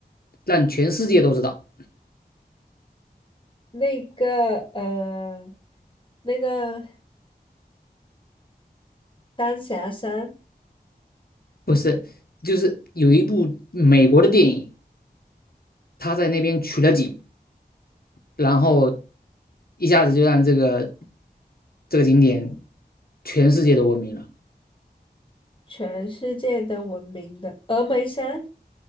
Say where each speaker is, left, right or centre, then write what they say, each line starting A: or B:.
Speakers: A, on the left; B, on the left.
A: 让全世界都知道，
B: 那个呃，那个丹霞山，
A: 不是，就是有一部美国的电影，他在那边取了景，然后一下子就让这个这个景点全世界都闻名了。
B: 全世界都闻名的峨眉山，